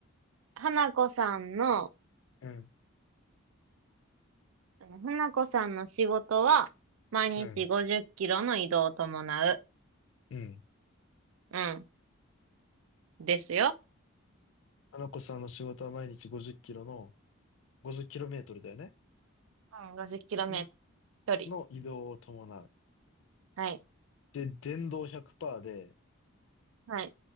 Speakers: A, on the right; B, on the left.
A: 花子さんの、
B: うん、
A: あの花子さんの仕事は、毎日50キロの移動を伴う。
B: うん、うん。
A: うん。ですよ。
B: 花子さんの仕事は毎日50キロの、50キロメートルだよね
A: うん、50キロメー
B: ん
A: トル距
B: の移動を伴う。
A: 離。はい。
B: で、電動100%で
A: はい。